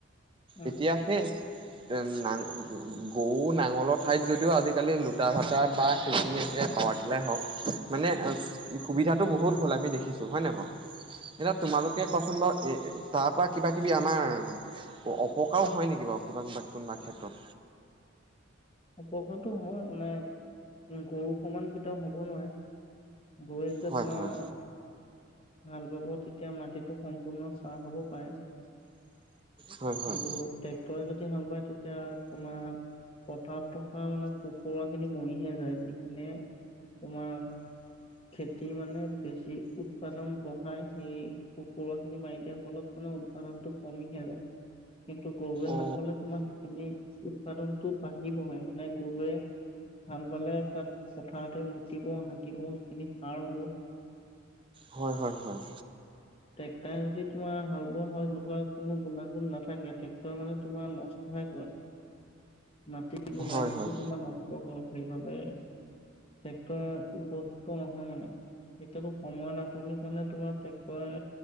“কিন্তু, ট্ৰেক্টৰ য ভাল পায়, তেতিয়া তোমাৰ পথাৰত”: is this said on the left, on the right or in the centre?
Left